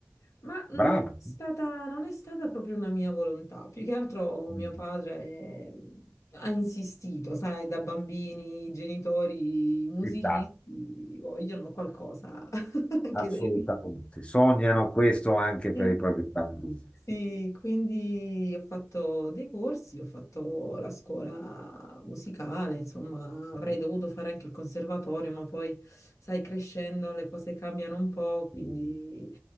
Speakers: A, on the left (about 75°); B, on the left (about 20°).
A: ma non
B: bravo,
A: è stata, non è stata proprio una mia volontà. Più che altro mio
B: Mm,
A: padre eh, ha insistito, sai, da bambini i genitori i musicisti
B: ci sta,
A: vogliono qualcosa <laughs> anche
B: assolutamente.
A: dai figli.
B: Sognano questo anche
A: Sì.
B: per i propri bambini.
A: Sì, quindi ho fatto dei corsi, ho fatto la scuola musicale, insomma,
B: sì.
A: avrei dovuto fare anche il conservatorio, ma poi, sai, crescendo le cose cambiano un po', quindi...
B: Sì.